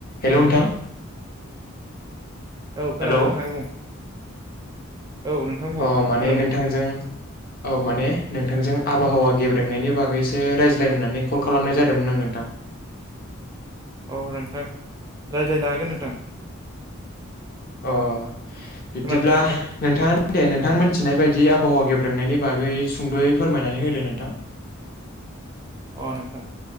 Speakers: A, on the left; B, on the right.
A: हेल' नोंथां।
B: औ खोनादों
A: हेलौ
B: नोंथां बुं औ नोंथां बुं
A: अ माने
B: खोनादों
A: नोंथांजों औ माने नोंथांजों आबहावा गेबदोंनायनि बागैसो रायज्लायनो होननानै कल खालामनाय जादोंमोन आं नोंथां
B: अ नोंथां रायज्लायनो हागोन नोंथां।
A: अ बिब्दिब्ला
B: खोनादों ना
A: नोंथां दे नोंथां मिथिनाय बायदि आबहावा गेब्रांनायनि बागै सुंद'यै फोरमायनानै होदो नोंथां <unintelligible>
B: अ नोंथां